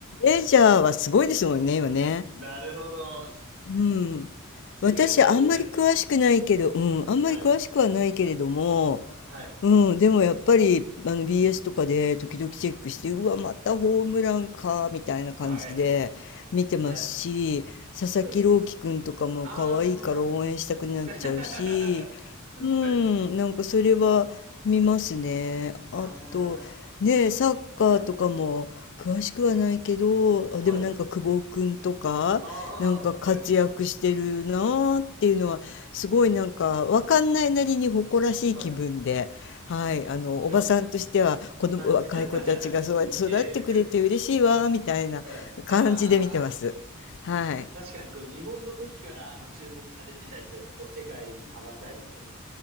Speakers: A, on the left; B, on the right.
A: メジャーはすごいですもんね、今ね。
B: <laughs> なるほど。
A: うん。
B: <laughs> 世界の大谷さん。
A: 私、あんまり詳しくないけど、うん、あんまり詳しくはないけれども、
B: はい、はい、
A: うん、でもやっぱりあの BS とかで時々チェックしてうわまたホームランかみたいな感じで見てますし佐々木朗希くんとかも可愛いから応援したくなっちゃうし
B: はい、はい。はいああ。<laughs>
A: うんなんかそれは見ますねあとねえサッカーとかも詳しくはないけどあでもなんか久保くんとかなんか活躍してるなーっていうのはすごいなんかわかんないなりに誇らしい気分で。
B: はい。ああ、はい。はい。ああ、はい。はい。
A: はい、あの、
B: いや、
A: おばさんとしては、子供、
B: はい。
A: 若い子たちがそうやって育ってくれて嬉しいわ、
B: <laughs> ええ、
A: みたいな感じで見てます。
B: はい。ああ、
A: はい。
B: 確かにこう日本の時から、まあ、注目されてた人がこう世界に羽ばたいて、